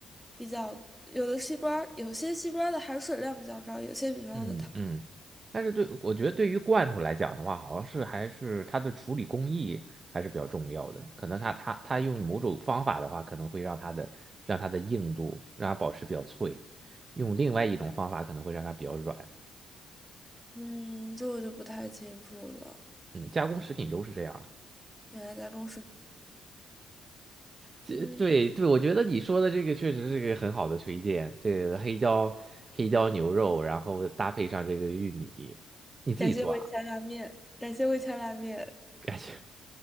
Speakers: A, in the centre; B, on the right.
A: 比较，有的西瓜，有些西瓜的含水量比较高，有些比方的糖，
B: 嗯嗯，但是对，我觉得对于罐头来讲的话，好像是还是它的处理工艺还是比较重要的。可能它它它用某种方法的话，可能会让它的让它的硬度让它保持比较脆；用另外一种方法可能会让它比较软。
A: 嗯，这我就不太清楚了。
B: 嗯，加工食品都是这样了。
A: 原来家中是，
B: 这对对，
A: 嗯，
B: 我觉得你说的这个确实是个很好的推荐。这个黑椒黑椒牛肉，然后搭配上这个玉米，你自己做啊？
A: 感谢味千拉面，感谢味千拉面。
B: 感觉。